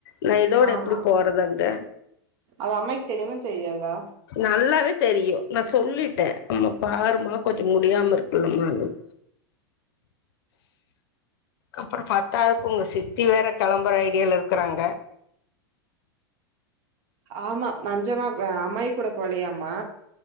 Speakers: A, on the left; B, on the right.
A: நா இதோட
B: ஆமா
A: எப்டி போறதங்க
B: அது அம்மாய்க்கு தெரியுமா தெரியாதா
A: நல்லாவே தெரியும் நா சொல்லிட்டே அம்மா பாருமா கொஞ்சோ முடியாம இருக்குல்லமா எனக் அப்புறம் பத்தாவதுக்கு உங்க சித்தி வேற கெளம்பற ஐடியால இருக்கறாங்க
B: ஆமா மஞ்சமா அம்மாயி கூட போலயாமா